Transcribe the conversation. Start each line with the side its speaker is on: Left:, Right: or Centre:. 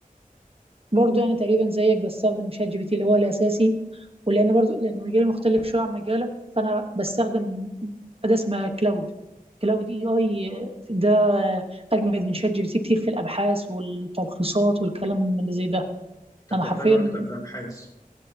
Right: برضه يعني تقريبا زيك بستخدم شات جي بي تي اللي هو الاساسي ولان برضه لان مجالي مختلف شويه عن مجالك فانا بستخدم اداه اسمها كلاود كلاود اي اي ده اجمد من شات جي بي تي كتير في الابحاث والتلخيصات والكلام اللي زي ده
Left: انت بتحتاجها
Right: انا حرفيا
Left: اكتر في ابحاث